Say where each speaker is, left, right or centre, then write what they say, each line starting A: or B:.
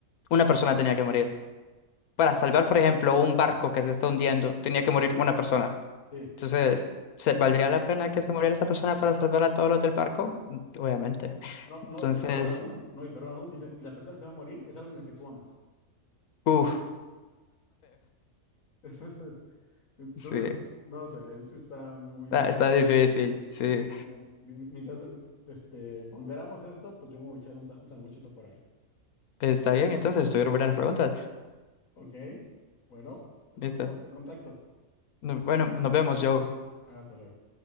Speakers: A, on the left (about 85°); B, on the left (about 70°).
A: una persona tenía que morir. Para salvar, por ejemplo, un barco que se está hundiendo, tenía que morir una persona.
B: Sí.
A: Entonces, ¿se, valdría la pena que se muriera esa persona para salvar a todos los del barco? Obviamente. <laughs>
B: No,
A: Entonces,
B: no, y peor aún, no, y peor aún, dicen, y la persona que se va a morir es alguien a la que tú amas.
A: uff.
B: <laughs> Entonces,
A: Sí,
B: no sé, sí está muy, muy
A: está,
B: denso.
A: está difícil, sí.
B: Bueno, mi- mi- mientras eh, este, ponderamos esto, pues yo me voy a echar un, sa- un sandwichito por ahí.
A: Está bien, entonces estuvieron buenas las preguntas.
B: ¿Ok? Bueno, entonces
A: Listo.
B: estamos en contacto.
A: No- Bueno, nos vemos, Joe.
B: Hasta luego.